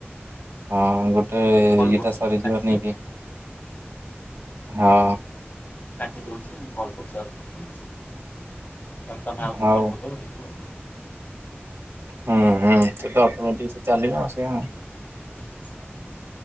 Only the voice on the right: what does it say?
ହଁ ଗୋଟେ
ଇଏଟା
ସରିଯିବ
ନେଇ କି ହଁ।
ହଉ
ହୁଁ ହୁଁ ସେ ଅଟମେଟିକି ଚାଲିବ ଆ ସେ